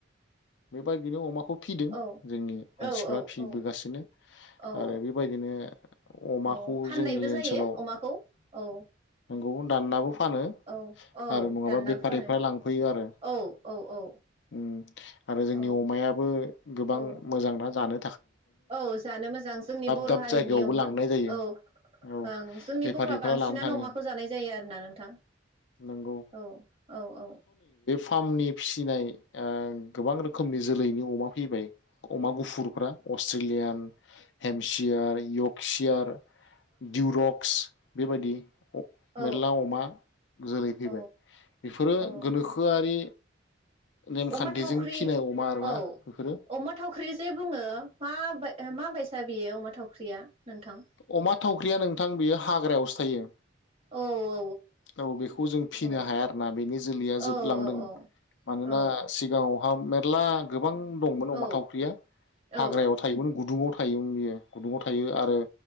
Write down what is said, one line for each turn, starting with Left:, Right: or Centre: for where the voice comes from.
Left: बेबायदिनो अमाख खौ फिदों
Right: औ
Left: जोंनि मानसिफ्रा
Right: औ
Left: फिबोगासिनो
Right: औ औ
Left: आरो बेबायदिनो अमाखौ
Right: औ फाननायबो
Left: जोंनि ओनसोलाव
Right: जायो अमाखौ औ
Left: नंगौ। रावनाबो फ फानो
Right: औ औ
Left: आरो नङाबा
Right: दाननाबो
Left: बेफारिफ्रा
Right: फानो
Left: लांफैयो आरो
Right: औ औ औ
Left: उम। जोंनि
Right: औ
Left: अमायाबो गोबां
Right: औ
Left: मोजां ना। मोजाङानो
Right: औ जानो मोजां जोंनि बर'
Left: दाब
Right: हारिनि
Left: जायगायावबो
Right: अमा
Left: लांनाय जायो
Right: औ
Left: औ
Right: ओं जोंनि
Left: बेफारिफ्रा
Right: बर'आ बांसिनानो
Left: लानो थाङो
Right: अमाखौ जानाय जायो आरो ना नोंथां
Left: नंगौ
Right: औ औ औ ।
Left: फामनि फिसिनाय ओं गोबां रोखोमनि जोलैनि अमा फैबाय । अमा गुफुरफ्रा अस्ट्रेलियान हेमसियार यक। खिसियार दिउरक्स बेबायदि
Right: औ
Left: मेरला अमा जोलै फैबाय
Right: औ
Left: बेफोरो
Right: औ
Left: गोनोखोआरि नेमखान्थिजों
Right: अमा थावख्रि
Left: फिनाय अमा आरोना
Right: औ
Left: बेफोरो
Right: अमा थावख्रि जे बुङो मा बाय ओ मा बायसा बेयो अमा थाव ख्रिया नोंथां?
Left: अमा थावख्रिया नोंथां बेयो हाग्रायावसो थायो।
Right: औ औ
Left: औ बेखौ जों फिनो
Right: औ
Left: हाया आरोना बेनि जोलैया
Right: औ
Left: जोबलांदों
Right: औ
Left: मानोना
Right: औ
Left: सिगाङावहा मेथ फ्ला गोबां दंमोन अमा
Right: औ
Left: थावख्रिया हाग्रायाव
Right: औ
Left: थायोमोन गुदुङाव थायोमोन बियो गुद थायो आरो